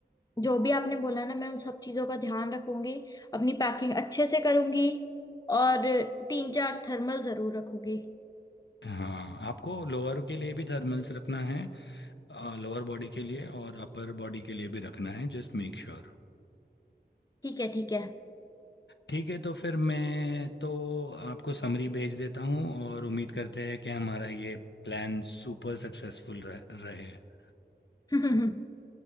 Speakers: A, on the left (about 20°); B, on the left (about 85°).
A: जो भी आपने बोला ना मैं उन सब चीजों का ध्यान रखूंगी अपनी पैकिंग अच्छे से करूंगी और तीन चार थर्मल जरूर रखूंगी
B: हाँ आपको लोअर के लिए भी थर्मल्स रखना है लोअर बॉडी के लिए और अपर बॉडी के लिए भी रखना है जस्ट मेक श्योर
A: ठीक है ठीक
B: ठीक है तो फिर मैं तो आपको समरी भेज देता हूँ और उम्मीद करते हैं कि हमारा ये प्लान सुपर सक्सेसफुल रहे
A: है <laughs>